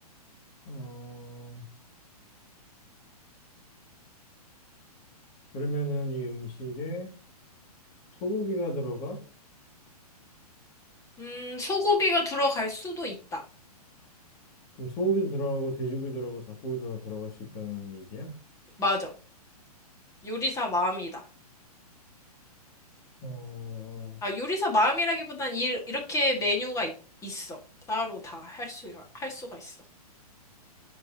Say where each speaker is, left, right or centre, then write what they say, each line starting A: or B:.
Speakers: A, on the left; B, on the left.
A: 어, 그러면은 이 음식에 소고기가 들어가?
B: 음, 소고기가 들어갈 수도 있다.
A: 그럼 소고기도 들어가고 돼지고기 들어가고 닭고기도 다 들어갈 수 있다는 얘기야?
B: 맞아. 요리사 마음이다.
A: 어,
B: 아, 요리사 마음이라기보단 이, 이렇게 메뉴가 있, 있어. 따로 다 할 수가, 할 수가 있어.